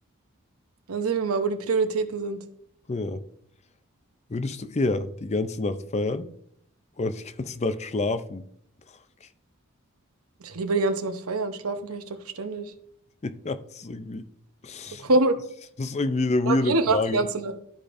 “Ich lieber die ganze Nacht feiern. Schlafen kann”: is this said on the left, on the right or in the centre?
Right